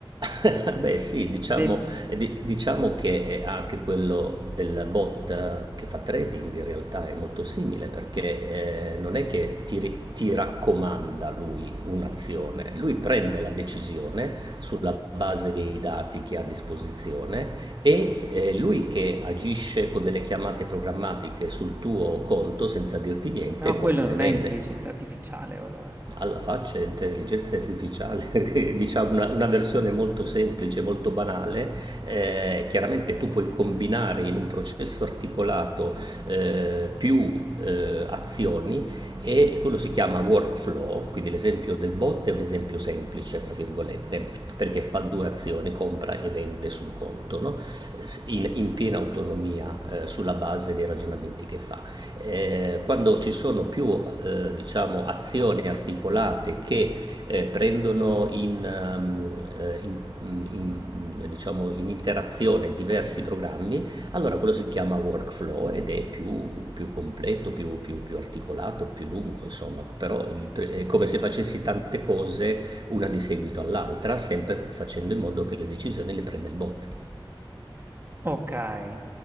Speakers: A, on the right; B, on the right.
A: <laughs> Beh sì, diciamo,
B: de
A: eh, di- diciamo che eh, anche quello della bot che fa trading in realtà è molto simile perché eh, non è che ti, ri- ti raccomanda lui un'azione, lui prende la decisione sulla base dei dati che ha a disposizione e eh, lui che agisce con delle chiamate programmatiche sul tuo conto senza dirti niente,
B: però quello
A: compra
B: non
A: e vende.
B: è intelligenza artificiale o lo è?
A: Alla faccia intelligenza artificiale, <laughs> diciamo una una versione molto semplice, molto banale, ehm, chiaramente tu puoi combinare in un processo articolato, ehm, più, ehm, azioni e e quello si chiama workflow, quindi l'esempio del bot è un esempio "semplice" fra virgolette, perché fa 2 azioni, compra e vende su un conto, no, s in in piena autonomia, ehm, sulla base dei ragionamenti che fa. Eh, quando ci sono più eh, diciamo, azioni articolate che eh, prendono in, ehm, eh, in- in- in- diciamo, in interazione diversi programmi, allora quello si chiama workflow ed è più, più completo, più, più- più articolato, più lungo, insomma, però il pr- è come se facessi tante cose una di seguito all'altra, sempre facendo in modo che le decisioni le prenda il bot.
B: Okay.